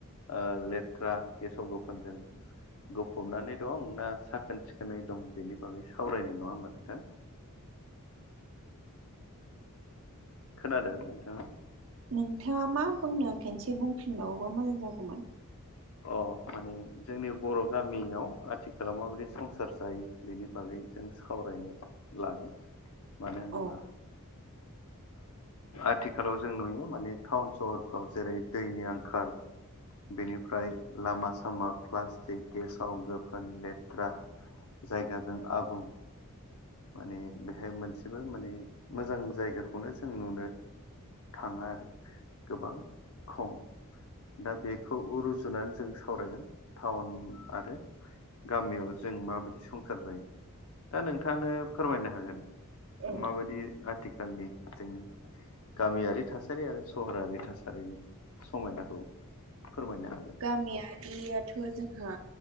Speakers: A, on the left (about 70°); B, on the right (about 65°).
A: ओ लेथ्रा गेसाव-गोफोनजों गफबनानै दं ना साखोन-सिखोनै दं बेनि बागै सावरायनाय नङा होमबा नोंथां। खोनादों नोंथाङा?
B: नोंथाङा मा बुंनो खनसे बुंफिनबावोबा मोजां जागौमोन।
A: अ माने जोंनि बर' गामियाव आथिखालाव माबायदि संसार जायो। बेनि बागै जों सावरायनो लागोन। मानो होनोबा
B: औ
A: आथिखालाव जों नुयो माने टाउन सहरफ्राव जेरै दैनि आंखाल बेनिफ्राय लामा-सामा प्लास्टिक गेसाव-गोफोन लेथ्रा जायगाजों आबुं माने बेहाय मोनसेबो माने मोजां जायगाखौनो जों नुनो थाङा आरो गोबां खम। दा बेखौ रुजुनानै जों सावरायगोन टाउन आरो गामियाव जों माबायदि संसार जायो। दा नों- थांआनो फोरमायनो हागोन।
B: औ
A: माबायदि आथिखालनि जोंनि गामियारि थासारि आरो सहरारि थासारिनि समायनाखौ फोरमायनो हागोन।
B: गामिया रियाथ' जोंहा